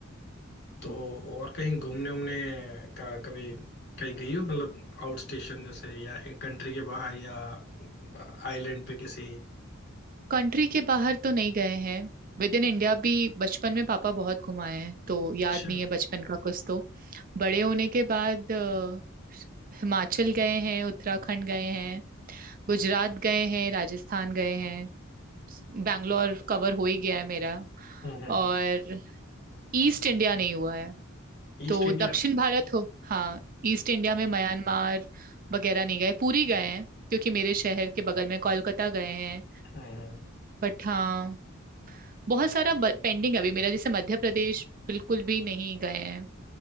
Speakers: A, on the left; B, on the right.
A: तो और कहीं घूमने उमने का कभी कहीं गई हो मतलब आउट स्टेशन जैसे या कंट्री के बाहर या आइलैंड पे किसी
B: कंट्री के बाहर तो नहीं गए हैं विद इन इंडिया भी बचपन में पापा बहुत घुमाए हैं तो याद
A: अच्छा
B: नहीं है बचपन का कुछ तो बड़े होने के बाद अ, हिमाचल गए हैं उत्तराखंड गए हैं गुजरात गए हैं राजस्थान गए हैं बैंगलोर कवर हो ही गया है मेरा
A: हम्म हम्म
B: और ईस्ट इंडिया नहीं हुआ है
A: East
B: तो
A: India
B: दक्षिण भारत हो हाँ ईस्ट इंडिया में म्यांमार वगैरह नहीं गए पुरी गए हैं क्योंकि मेरे शहर के बगल में कोलकाता गए हैं
A: हाँ हाँ
B: बट हाँ बहुत सारा पेंडिंग अभी मेरा जैसे मध्य प्रदेश बिल्कुल भी नहीं गए हैं